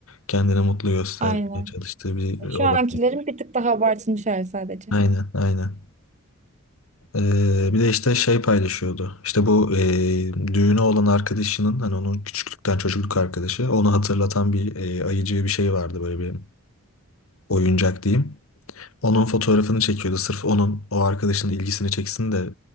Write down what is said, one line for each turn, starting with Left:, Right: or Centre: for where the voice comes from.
Left: kendini mutlu göstermeye
Right: Aynen.
Left: çalıştığı bir
Right: Şu
Left: olay.
Right: ankilerin bir tık daha abartılmış hali sadece.
Left: Aynen, aynen. Ee, bir de işte şey paylaşıyordu. İşte bu e, düğünü olan arkadaşının hani onun küçüklükten çocukluk arkadaşı onu hatırlatan bir e, ayıcı bir şey vardı böyle bir oyuncak diyeyim. Onun fotoğrafını çekiyordu sırf onun o arkadaşının ilgisini çeksin de